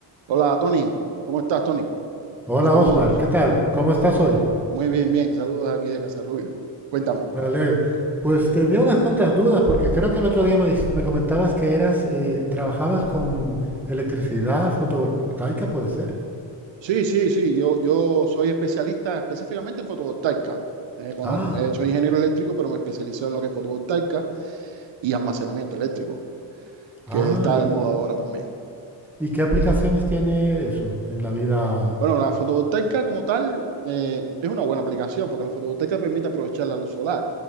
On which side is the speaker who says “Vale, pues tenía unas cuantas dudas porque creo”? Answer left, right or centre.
Centre